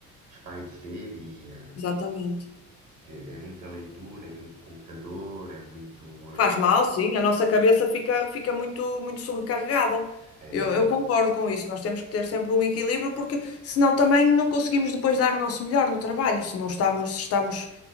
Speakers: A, on the right; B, on the left.
A: espairecer e eh,
B: exatamente.
A: porque é muita leitura, é muito computador, é muito eh,
B: Faz mal, sim, a nossa cabeça fica, fica muito, muito sobrecarregada.
A: é,
B: Eu, eu
A: é,
B: concordo com isso, nós temos que ter sempre um equilíbrio, porque senão também não conseguimos depois dar o nosso melhor no trabalho, se não estamos, se estamos